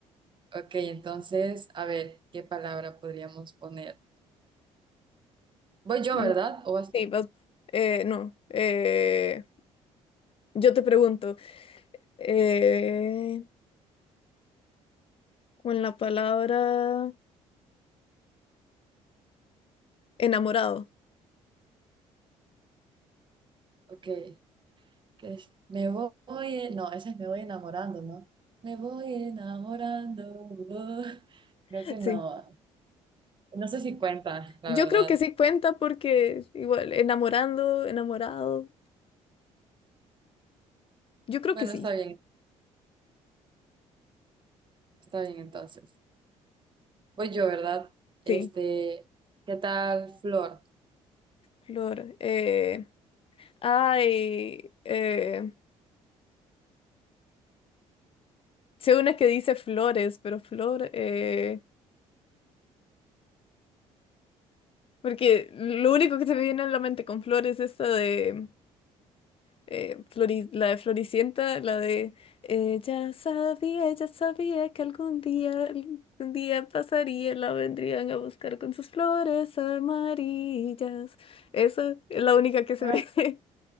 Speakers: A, on the right; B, on the left.
A: Ok, entonces, a ver, ¿qué palabra podríamos poner? Voy yo,
B: Mm,
A: ¿verdad? ¿O vas
B: Sí,
A: tú?
B: vas- eh, no, eh, yo te pregunto. eh, con la palabra enamorado.
A: Ok, ¿qué es? Me voy, eh, no, ese es me voy enamorando, ¿no? Me voy enamorando. <laughs> oh.
B: <laughs>
A: Creo que no.
B: Sí,
A: No sé si cuenta, la
B: yo
A: verdad.
B: creo que sí cuenta porque igual, enamorando, enamorado, yo creo
A: Bueno,
B: que sí,
A: está bien. Está bien entonces. Voy yo, ¿verdad?
B: sí,
A: Este, ¿qué tal, Flor?
B: flor. Eh, ay, eh, sé una que dice flores, pero flor, eh, porque lo único que se me viene a la mente con flores es esta de... eh, Flori- la de Floricienta, la de ella sabía, ella sabía que algún día, algún día pasaría, la vendrían a buscar con sus flores amarillas. Esa es la única que se
A: Ay,
B: ve <laughs>